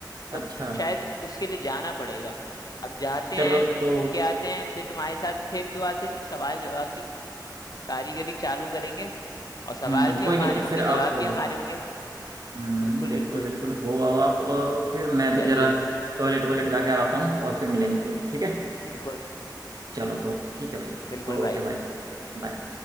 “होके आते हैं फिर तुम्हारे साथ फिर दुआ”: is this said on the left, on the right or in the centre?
Left